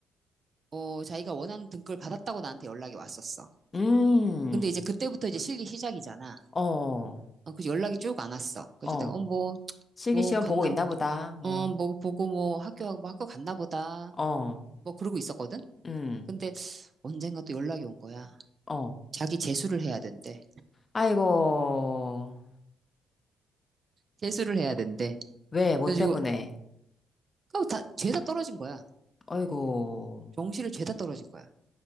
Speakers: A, on the right; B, on the left.
A: 어, 자기가 원하는 등급을 받았다고 나한테 연락이 왔었어.
B: 음,
A: 근데 이제 그때부터 이제 실기 시작이잖아.
B: 어,
A: 어, 그래서 연락이 쭉 안 왔어. 그래서
B: 어.
A: 내가, 어, 뭐,
B: 실기시험
A: 뭐, 갔나?
B: 보고 있나 보다.
A: 어,
B: 뭐,
A: 뭐 보고 뭐 학교 뭐 학교 갔나 보다.
B: 어,
A: 뭐 그러고 있었거든.
B: 음,
A: 근데 언젠가 또 연락이 온 거야.
B: 어.
A: 자기 재수를 해야 된대.
B: 아이고,
A: 재수를 해야 된대.
B: 왜, 뭐
A: 그래가지고
B: 때문에.
A: 그거 다 죄다 떨어진 거야.
B: 아이고,
A: 정시를 죄다 떨어진 거야.